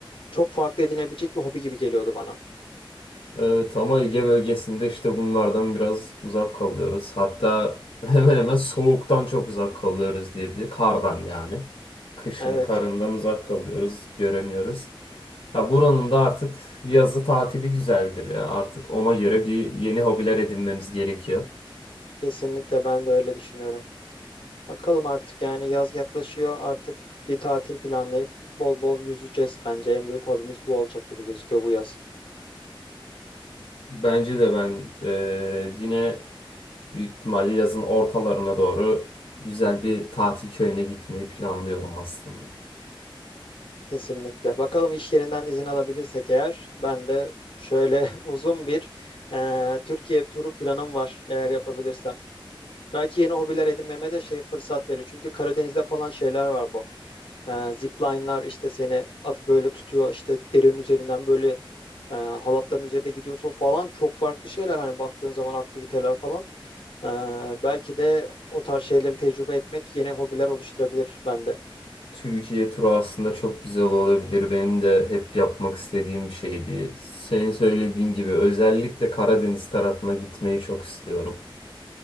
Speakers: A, on the left (about 70°); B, on the left (about 80°).
A: çok farklı edinebilecek bir hobi gibi geliyordu bana.
B: Evet ama Ege bölgesinde işte bunlardan biraz uzak kalıyoruz. Hatta <laughs> hemen hemen soğuktan çok uzak kalıyoruz diyebilir. Kardan yani. Kışın
A: Evet,
B: karından uzak kalıyoruz, göremiyoruz. Ya buranın da artık yazı tatili güzeldir ya. Artık ona göre bir yeni hobiler edinmemiz gerekiyor.
A: kesinlikle ben de öyle düşünüyorum. Bakalım artık yani yaz yaklaşıyor artık bir tatil planlayıp bol bol yüzeceğiz. Bence en büyük hobimiz bu olacak gibi gözüküyor bu yaz.
B: Bence de ben eee, yine büyük ihtimalle yazın ortalarına doğru güzel bir tatil köyüne gitmeyi planlıyorum aslında.
A: Kesinlikle. Bakalım iş yerinden izin alabilirsek eğer ben de şöyle <laughs> uzun bir eee, Türkiye turu planım var eğer yapabilirsem. Belki yeni hobiler edinmeme de şey fırsat verir. Çünkü Karadeniz'de falan şeyler var bu. E, zipline'lar işte seni at böyle tutuyor işte derenin üzerinden böyle e, halatların üzerinde gidiyorsun falan çok farklı şeyler hani baktığın zaman aktiviteler falan. E, belki de o tarz şeyleri tecrübe etmek yeni hobiler oluşturabilir bende.
B: Türkiye turu aslında çok güzel olabilir. Benim de hep yapmak istediğim bir şeydi. Senin söylediğin gibi özellikle Karadeniz tarafına gitmeyi çok istiyorum.